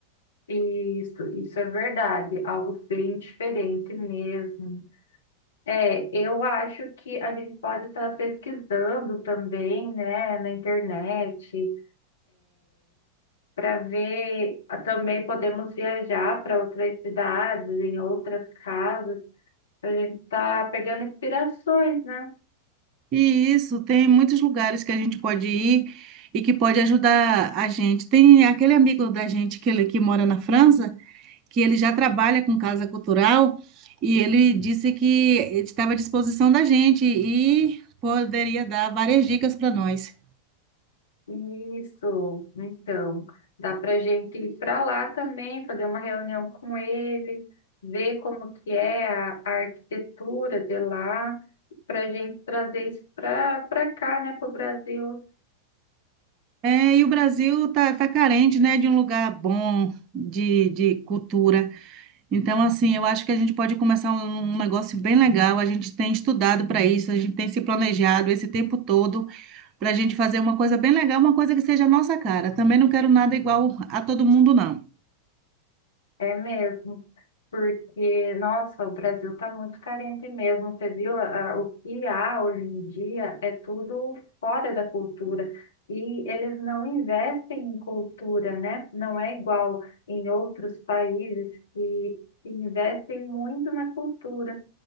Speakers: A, on the left; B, on the right.
A: Isso, isso é verdade, algo bem diferente mesmo. É, eu acho que a gente pode estar pesquisando também, né, na internet, para ver. Também podemos viajar para outras cidades, em outras casas, para a gente estar pegando inspirações, né?
B: E isso, tem muitos lugares que a gente pode ir e que pode ajudar a gente. Tem aquele amigo da gente que, ele, que mora na França, que ele já trabalha com casa cultural e ele disse que estava à disposição da gente e poderia dar várias dicas para nós.
A: Isso, então, dá para gente ir para lá também, fazer uma reunião com ele, ver como que é a, a arquitetura de lá, para gente trazer isso para para cá, né, para o Brasil.
B: É, e o Brasil tá, tá carente, né, de um lugar bom de, de cultura. Então, assim, eu acho que a gente pode começar um um negócio bem legal. A gente tem estudado para isso, a gente tem se planejado esse tempo todo. para a gente fazer uma coisa bem legal, uma coisa que seja a nossa cara. Também não quero nada igual a todo mundo, não.
A: É mesmo. Porque, nossa, o Brasil está muito carente mesmo. Você viu a- a- o que há hoje em dia é tudo fora da cultura. E eles não investem em cultura, né? Não é igual em outros países que investem muito na cultura,